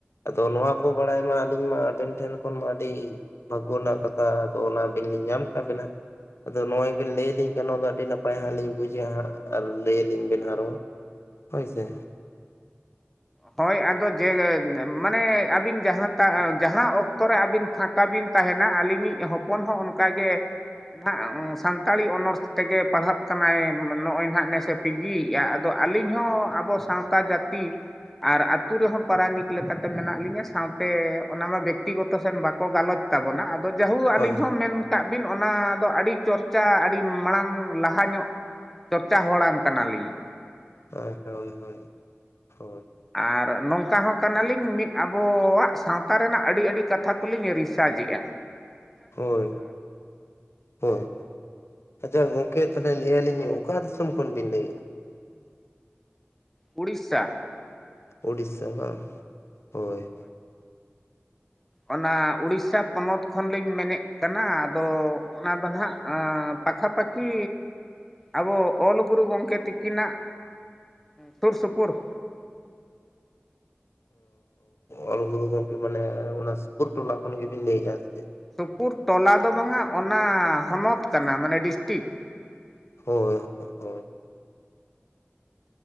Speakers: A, on the left; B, in the centre.
A: ᱟᱫᱚ ᱱᱚᱣᱟ ᱠᱚ ᱵᱟᱲᱟᱭ ᱢᱟ ᱟᱹᱞᱤᱧ ᱢᱟ ᱟᱵᱮᱱ ᱴᱷᱮᱱ ᱠᱷᱚᱱ ᱢᱟ ᱟᱹᱰᱤ ᱵᱷᱟᱜ-ᱜᱳ ᱨᱮᱱᱟᱜ ᱠᱟᱛᱷᱟ, ᱟᱫᱚ ᱚᱱᱟ ᱟᱹᱵᱤᱱ ᱞᱤᱧ ᱧᱟᱢ ᱟᱠᱟᱫ ᱵᱤᱱᱟ ᱟᱫᱚ ᱱᱚᱜᱚᱭ ᱵᱮᱱ ᱞᱟᱹᱭ ᱟᱞᱤᱧ ᱠᱷᱟᱱ ᱱᱚᱣᱟ ᱫᱚ ᱟᱹᱰᱤ ᱱᱟᱯᱟᱭ ᱦᱟᱸᱜ ᱞᱤᱧ ᱵᱩᱡᱟ ᱦᱟᱸᱜ ᱟᱨ ᱞᱟᱹᱭᱟᱞᱤᱧ ᱵᱮᱱ ᱟᱨᱦᱚᱸᱼᱼ ᱦᱳᱭ ᱥᱮ,
B: ᱦᱳᱭ ᱟᱫᱚ ᱡᱮ, ᱢᱟᱱᱮ ᱟᱹᱵᱤᱱ ᱡᱟᱦᱟᱸ ᱛᱟᱜ ᱡᱟᱦᱟᱸ ᱚᱠᱛᱚ ᱨᱮ ᱟᱹᱵᱤᱱ ᱯᱷᱟᱠ ᱚᱱᱠᱟ ᱵᱤᱱ ᱛᱟᱦᱮᱱᱟ ᱟᱹᱞᱤᱧ ᱤᱡ ᱦᱚᱯᱚᱱ ᱦᱚᱸ ᱚᱱᱠᱟᱜᱮ ᱱᱟᱦᱟᱜ ᱥᱟᱱᱛᱟᱲᱤ ᱚᱱᱚᱨᱥ ᱛᱮᱜᱮ ᱯᱟᱲᱦᱟᱜ ᱠᱟᱱᱟᱭ, ᱱᱚᱜᱼᱚᱭ ᱱᱟᱦᱟᱜ ᱱᱮᱥᱮᱼᱼ ᱯᱤᱡᱤᱭᱮᱫᱼᱟ, ᱟᱫᱚ ᱟᱹᱞᱤᱧ ᱦᱚᱸ ᱟᱵᱚ ᱥᱟᱶᱛᱟ ᱡᱟᱹᱛᱤ ᱟᱨ ᱟᱹᱛᱩ ᱨᱮᱦᱚᱸ ᱯᱟᱨᱟᱱᱤᱠ ᱞᱮᱠᱟᱛᱮ ᱞᱤᱧᱟᱹ ᱥᱟᱶᱛᱮ ᱚᱱᱟᱢᱟ ᱵᱮᱠᱛᱤᱜᱚᱛᱚ ᱥᱮᱱ ᱵᱟᱠᱚ ᱜᱟᱞᱚᱪᱼᱼ ᱛᱟᱵᱚᱱᱟ ᱟᱫᱚ ᱡᱟᱦᱩᱠ ᱟᱹᱞᱤᱧ
A: ᱦᱳᱭ
B: ᱦᱚᱸ ᱢᱮᱱᱼᱼ ᱠᱟᱜ ᱵᱤᱱ ᱚᱱᱟ ᱫᱚ ᱟᱹᱰᱤ ᱪᱚᱨᱪᱟ ᱟᱹᱰᱤ ᱢᱟᱲᱟᱝ ᱞᱟᱦᱟ ᱧᱚᱜ ᱪᱚᱨᱪᱟ ᱦᱚᱲᱟᱱ ᱠᱟᱱᱟᱞᱤᱧ ᱾
A: ᱦᱳᱭ, ᱦᱳᱭ, ᱦᱳᱭ, ᱦᱳᱭ
B: ᱟᱨ ᱱᱚᱝᱠᱟ ᱦᱚᱸ ᱠᱟᱱᱟᱞᱤᱧ ᱢᱤᱫ ᱟᱵᱚᱣᱟᱜ ᱥᱟᱶᱛᱟ ᱨᱮᱱᱟᱜ ᱟᱹᱰᱤ ᱟᱹᱰᱤ ᱠᱟᱛᱷᱟ ᱠᱚᱞᱤᱧ ᱨᱤᱥᱟᱨᱪᱮᱜᱼᱟ ᱾
A: ᱦᱳᱭ ᱦᱳᱭ, ᱟᱫᱚ ᱜᱚᱝᱠᱮ ᱛᱟᱦᱞᱮ ᱞᱟᱹᱭ ᱟᱹᱞᱤᱧ ᱚᱠᱟ ᱫᱤᱥᱚᱢ ᱠᱷᱚᱱ ᱵᱤᱱ ᱞᱟᱹᱭᱮᱫᱼᱟ?
B: ᱳᱲᱤᱥᱥᱟ ᱾
A: ᱩᱰᱤᱫᱥᱟ ᱵᱟᱝ ᱦᱳᱭ ᱦᱳᱭ ᱾
B: ᱚᱱᱟ ᱩᱲᱤᱥᱥᱟ ᱯᱚᱱᱚᱛ ᱠᱷᱚᱱᱞᱤᱧ ᱢᱮᱱᱮᱫ ᱠᱟᱱᱟ ᱟᱫᱚ ᱚᱱᱟ ᱫᱚ ᱱᱟᱦᱟᱜ ᱯᱟᱠᱷᱟ ᱯᱟᱠᱷᱤ ᱟᱵᱚ ᱚᱞ ᱜᱩᱨᱩ ᱜᱚᱢᱠᱮ ᱛᱤᱠᱤᱱᱟᱜ ᱥᱩᱨ ᱥᱩᱯᱩᱨᱩᱨ
A: ᱚᱞ ᱜᱩᱨᱩ ᱜᱚᱝᱠᱮ ᱢᱟᱱᱮ, ᱚᱱᱟ ᱥᱩᱯᱩᱨ ᱴᱚᱞᱟ ᱠᱷᱚᱱ ᱜᱮᱵᱤᱱ ᱞᱟᱹᱭᱮᱫᱼᱟ, ᱥᱮ ᱪᱮᱫ?
B: ᱥᱩᱯᱩᱨ ᱴᱚᱞᱟ ᱫᱚ ᱵᱟᱝ-ᱟ ᱚᱱᱟ ᱦᱚᱱᱚᱛ ᱠᱟᱱᱟ, ᱢᱟᱱᱮ ᱰᱤᱥᱴᱤᱠ᱾
A: ᱦᱳᱭ ᱾